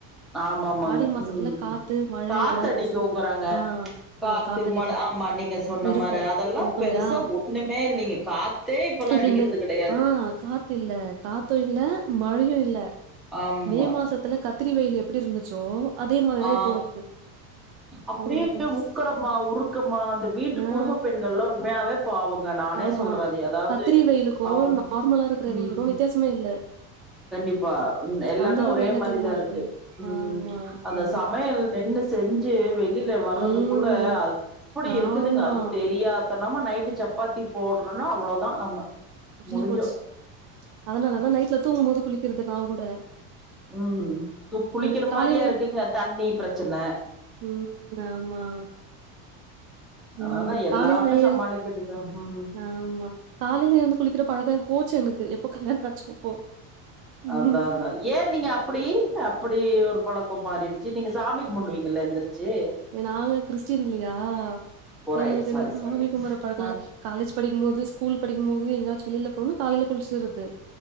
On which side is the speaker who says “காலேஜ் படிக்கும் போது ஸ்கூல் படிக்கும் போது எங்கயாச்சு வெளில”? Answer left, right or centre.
Right